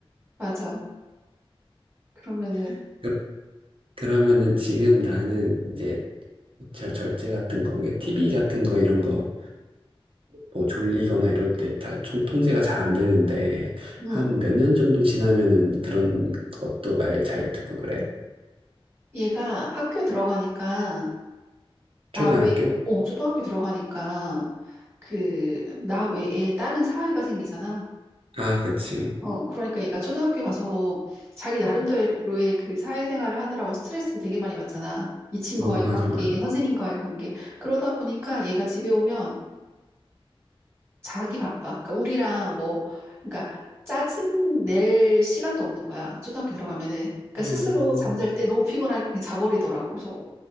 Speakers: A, on the right; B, on the right.
A: 맞아. 그러면은
B: <laughs> 그, 그러면은 지금 나는 이제 절, 절제 같은 거, 이게 TV 같은 거 이런 거, 뭐 졸리거나 이럴 때 다, 통제가 잘 안 되는데,
A: 응
B: 한 몇 년 정도 지나면은 그런 것도 말 잘 듣고 그래?
A: 얘가 학교 들어가니까 나
B: 초등학교?
A: 외, 어, 초등학교 들어가니까 그 나 외에 다른 사회가 생기잖아.
B: 아, 그치.
A: 어, 그러니까 얘가 초등학교 가서 자기 나름대로의 그 사회생활을 하느라고 스트레스를 되게 많이 받잖아. 이 친구와의
B: 어, 맞아,
A: 관계,
B: 맞아.
A: 선생님과의 관계. 그러다 보니까 얘가 집에 오면 자기 바빠. 그러니까 우리랑 뭐, 그러니까 짜증 낼 시간도 없는 거야. 초등학교 들어가면은. 그러니까
B: 음,
A: 스스로 잠잘 때 너무 피곤하니까 그냥 자버리더라고. 그래서